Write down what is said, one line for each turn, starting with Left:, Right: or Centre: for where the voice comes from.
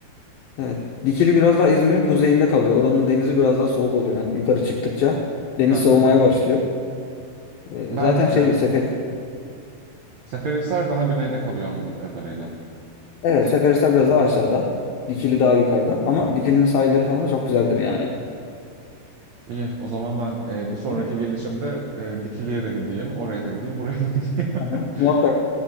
Left: Evet. Dikili biraz daha İzmir'in kuzeyinde kalıyor. Oranın denizi biraz daha soğuk oluyor. Yani yukarı çıktıkça deniz
Right: Hı hı.
Left: soğumaya başlıyor. Ee,
Right: Belki
Left: zaten şeydi
Right: de.
Left: Sefer
Right: Seferihisar daha güneyde kalıyor anladığım kadarıyla.
Left: Evet, Seferihisar biraz daha aşağıda. Dikili daha yukarıda. Ama Dikili'nin sahilleri falan da çok güzeldir yani.
Right: İyi, o zaman ben e, bir sonraki
Left: Değil mi?
Right: gelişimde e, Dikili'ye de gideyim, oraya da gideyim, <laughs> buraya da gideyim.
Left: Aha.
Right: <laughs>
Left: Muhakkak